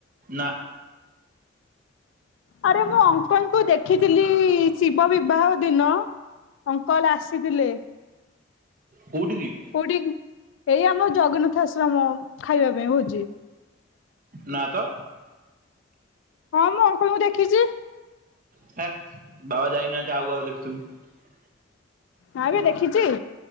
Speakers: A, on the right; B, on the left.
A: ନା
B: ଆରେ ମୁଁ ଅଙ୍କଲ୍ ଙ୍କୁ ଦେଖିଥିଲି ଶିବ ବିବାହ ଦିନ। ଅଙ୍କଲ୍ ଆସିଥିଲେ।
A: କୋଉଠିକି
B: କୋଉଠି ଏଇ ଆମ ଜଗନ୍ନାଥ ଆସ ତ୍ରମମ୍ ଖାଇବା ପାଇଁ ଭୋଜି।
A: ନା ତ।
B: ହଁ ମୁଁ ଅଙ୍କଲ୍ ଙ୍କୁ ଦେଖିଚି।
A: ହେ ବାବା ଯାଇନାହାନ୍ତି, ଆଉ କାହାକୁ ଦେଖିଥିବୁ।
B: ନା ବେ ଦେଖିଚି।